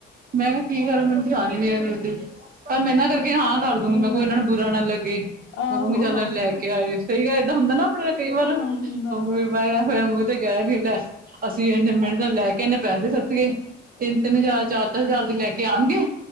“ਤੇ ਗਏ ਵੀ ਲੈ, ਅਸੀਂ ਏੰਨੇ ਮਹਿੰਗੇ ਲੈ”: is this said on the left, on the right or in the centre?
Right